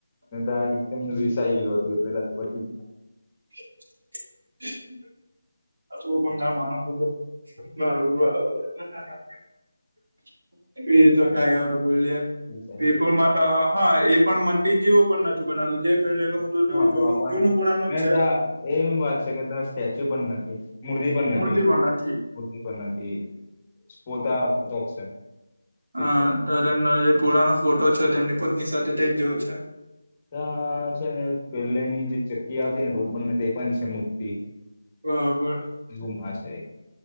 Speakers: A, on the left; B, on the right.
A: તો એક જન રિસાઈ ગેલું હતું એટલે પછી
B: <unintelligible> હજુ પણ ના માણસો તો બરાબર <unintelligible> એ તો કઈ હવે બોલ ઈએ
A: રિસાઈ
B: વીરપુરમાં
A: જાય છે.
B: તા હા એ પણ મંંદિર જેવું પણ નથી બનાવેલું પહેલા નું હતું
A: હા
B: જૂનું
A: પ્રોપર
B: જૂનું પુણાનું
A: ને
B: જ છે.
A: ત્યાં એમ વાત છે કે તા સ્ટેચ્યુ પણ નથી. મૂર્તિ પણ
B: મૂર્તિ
A: નથી
B: પણ નથી
A: મૂર્તિ પણ નથી સ્પોતા પોતા જ છે. ચિત્ર
B: હ
A: જ.
B: ધરમનો તેમનો જે પુરાનો ફોટો છે તેમની પત્ની સાથે તે જ જોયો છે.
A: હ છે ને પેલેની જે ચક્કી આવતી ને રોડ બને તે પણ છે મૂર્તિ
B: હ બરા
A: એવું ના છે.